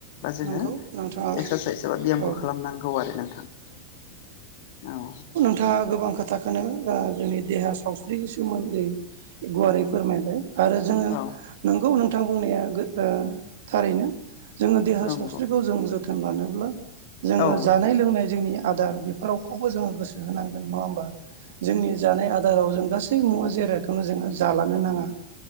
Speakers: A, on the left; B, on the right.
A: बा जोङो
B: नंगौ नोंथाङा
A: एक्सारसाइस एबा बियामखौ
B: औ
A: खालामनांगौ आरो नोंथां औ।
B: थाङा गोबां खोथाखोनो ओ जोंनि देहा सावस्रिनि सोमोन्दै गुवारै फोरमायबाय। आरो जोङो
A: औ
B: नोंगौ नोंथांङा बुंनाया गो ओ थारैनो। जोङो देहा
A: नंगौ
B: सावस्रि खौ जों जोथोन लानोब्ला जोङो
A: औ
B: जानाय लोंनाय जोंनि आदार बि रावखौबो जोङो गोसो होनांगोन। नङा होमबा? जोंनि जानाय आदाराव जों गासै मुवा जिरायखौनो जोङो जालानो नाङा।